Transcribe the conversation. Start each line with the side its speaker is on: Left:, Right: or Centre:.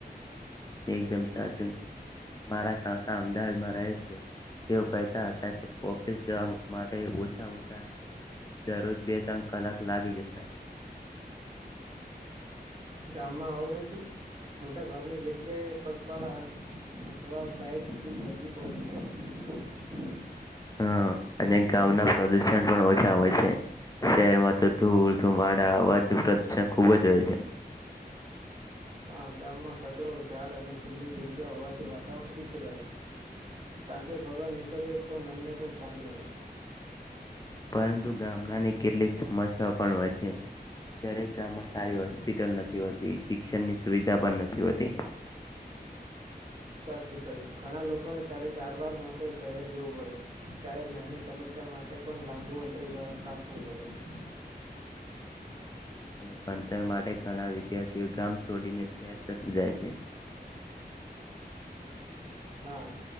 Left: એકદમ સાચું મારા કાકા અમદાવાદમાં રહે છે તેઓ કહેતા હતા કે ઓફિસ જવા માટે ઓછા ઓછા દરરોજ બે ત્રણ કલાક લાગી જતાાય
Right: ગામમાં આવડાસી મોટાભાગની જગ્યા કે પગપાળા અં અથવા બાઈકથી જલ્દી પહોંચી શકાય
Left: હમ્મ અને ગામના પ્રદુષણ પણ ઓછા હોય છે, શહેરમાં તો ધૂળ ધુમાડા અવાજના પ્રદુષણ ખુબ જ હોય છે
Right: હા ગામમાં ખેતરો ઝાડ અને ખુલ્લી જગ્યા હોવાથી વાતાવરણ શુદ્ધ રહે સાંજે ફરવા નીકળીએ તો મનને પણ શાંતિ મળે
Left: પરંતુ ગામડાની કેટલીક સમસ્યા પણ હોય છે દરેક ગામમાં સારી હોસ્પિટલ નથી હોતી શિક્ષણ ની સુવિધા પણ નથી હોતી
Right: સાચું કહ્યુ ઘણા લોકોને સારી સારવાર માટે શહેર જવું પડે ક્યારેક નાની સમસ્યા માટે પણ લાંબુ અંતર કાપવું પડે છે,
Left: અને ભણતર માટે ઘણા વિદ્યાર્થીઓ ગામ છોડીને શહેર તરફ જાય છે,
Right: હા